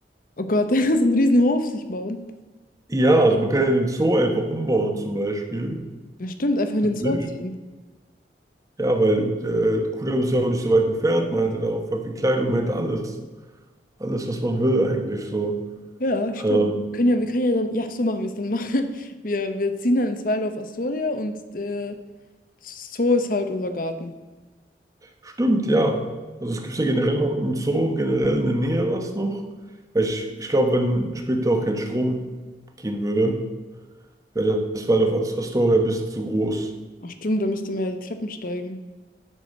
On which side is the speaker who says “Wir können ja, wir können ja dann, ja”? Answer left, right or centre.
Left